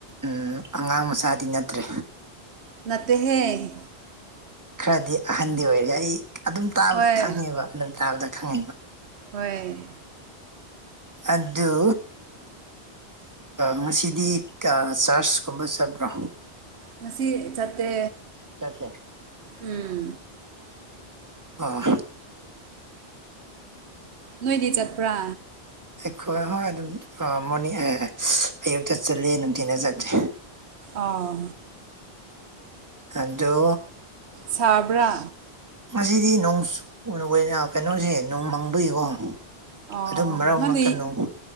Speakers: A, on the right (about 15°); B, on the right (about 80°).
A: ꯎ ꯑꯉꯥꯡ ꯃꯆꯥꯗꯤ ꯅꯠꯇ꯭ꯔꯦ
B: ꯅꯠꯇꯍꯦ
A: ꯈꯔꯗꯤ ꯑꯍꯟꯗꯤ ꯑꯣꯏꯔꯦ ꯑꯩ ꯑꯗꯨꯝ ꯇꯥꯕꯗ
B: ꯍꯣꯏ
A: ꯈꯪꯉꯦꯕ ꯑꯗꯨꯝ ꯇꯥꯕꯗ ꯈꯪꯉꯦꯕ
B: ꯍꯣꯏ
A: ꯑꯗꯨ ꯉꯁꯤꯗꯤ ꯆꯥꯔꯆꯀꯨꯝꯕ ꯆꯠꯄ꯭ꯔꯣ
B: ꯉꯁꯤ ꯆꯠꯇꯦ
A: ꯆꯠꯇꯦ
B: ꯎꯝ
A: ꯑꯥ
B: ꯅꯣꯏꯗꯤ ꯆꯠꯄ꯭ꯔꯥ
A: ꯑꯩꯈꯣꯏ ꯍꯣꯏ ꯑꯗꯨꯝ ꯃꯣꯔꯅꯤꯡ ꯑꯌꯨꯛꯇ ꯆꯠꯂꯤ ꯅꯨꯡꯊꯤꯅ ꯆꯠꯇꯦ
B: ꯑꯥ
A: ꯑꯗꯣ
B: ꯆꯕ꯭ꯔꯥ
A: ꯉꯁꯤꯗꯤ ꯅꯣꯡ ꯆ ꯀꯩꯅꯣꯁꯦ ꯅꯣꯡ ꯃꯪꯕꯒꯤꯀꯣ
B: ꯑꯣ
A: ꯑꯗꯨꯝ ꯃꯔꯛ
B: ꯅꯪꯗꯤ
A: ꯃꯔꯛꯇꯅꯨ